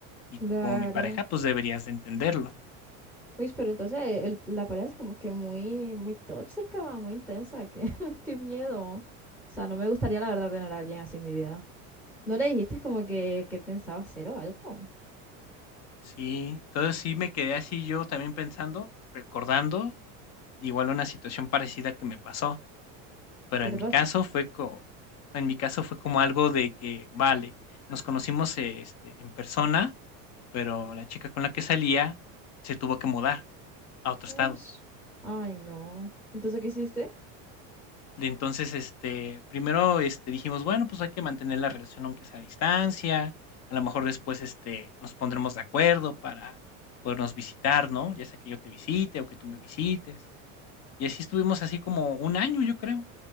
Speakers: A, on the left; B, in the centre.
A: Y
B: claro.
A: tú como mi pareja, pues deberías de entenderlo.
B: Uy, pero entonces eh, el- la pareja es como que muy, muy tóxica, muy intensa, qué, <laughs> qué miedo. O sea, no me gustaría la verdad tener a alguien así en mi vida. ¿No le dijiste como que, que pensaba hacer o algo?
A: Sí, entonces sí me quedé así yo también pensando, recordando igual una situación parecida que me pasó. Pero
B: ¿Qué
A: en
B: te
A: mi
B: pasó?
A: caso fue co en mi caso fue como algo de que, vale, nos conocimos, eh, este, en persona, pero la chica con la que salía se tuvo que mudar a otro
B: Ush,
A: estado.
B: ay no. Entonces, ¿qué hiciste?
A: Y entonces, este, primero, este, dijimos, bueno, pues hay que mantener la relación aunque sea a distancia, a lo mejor después, este, nos pondremos de acuerdo para podernos visitar, ¿no? Ya sea que yo te visite o que tú me visites. Y así estuvimos así como un año, yo creo.